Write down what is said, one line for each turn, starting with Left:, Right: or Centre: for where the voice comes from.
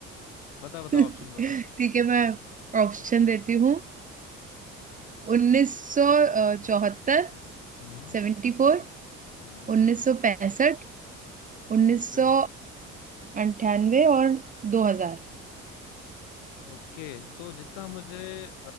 Left: बता बता
Right: ठीक
Left: ऑप्शन बता
Right: है मैं ऑप्शन देती हूँ उन्नीस सौ चौहत्तर
Left: हम्म
Right: सेवेंटी फोर
Left: हम्म
Right: उन्नीस सौ पैंसठ, उन्नीस
Left: ओके
Right: सौ अंठानवे और दो हजार
Left: ओके तो जितना मुझे अ,